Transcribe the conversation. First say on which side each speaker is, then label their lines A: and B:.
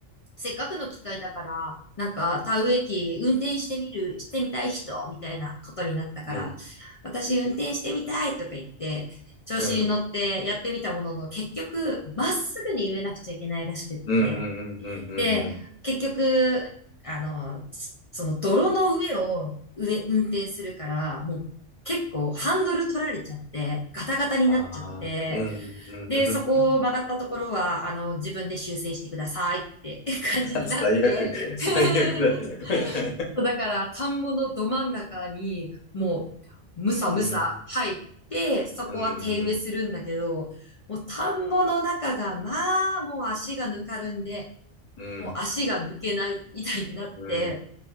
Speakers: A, on the left; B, on the left.
A: せっかくの機会だから、なんか、田植え機運転してみる、してみたい人、みたいなことになったから、
B: うん。
A: 私運転してみたいとか言って、調子に乗ってやってみたものの、
B: うん。うん。
A: 結局、まっすぐに植えなくちゃいけないらしくって、
B: うん。うん。うん。うん。
A: で、結局、あの、その泥の上を上、運転するから、もう結構ハンドル取られちゃって、ガタガタになっちゃって、
B: ああ。うん。うん。
A: で、そこを曲がったところは、あの、自分で修正してくださいって <laughs> 感じになって、
B: 最悪。最悪だ。
A: <laughs> そう、だから、田んぼのど真ん中に、もう、むさむさ入って、
B: うん。
A: そこは手植えするんだけど、
B: うん。うん。
A: もう田んぼの中が、まあ、もう足がぬかるんで、
B: うん。
A: もう足が抜けないみたいになって、
B: うん。